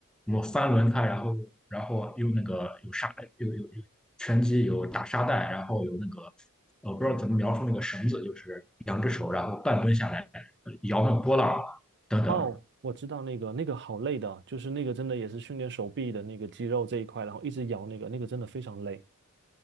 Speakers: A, in the centre; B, on the right (about 55°).
A: 我翻轮胎，然后然后用那个有沙有有有拳击有打沙袋，然后有那个呃，我不知道怎么描述那个绳子，就是两只手，然后半蹲下来呃摇那个波浪等等。
B: 哦，我知道那个，那个好累的，就是那个真的也是训练手臂的那个肌肉这一块，然后一直摇那个，那个真的非常累。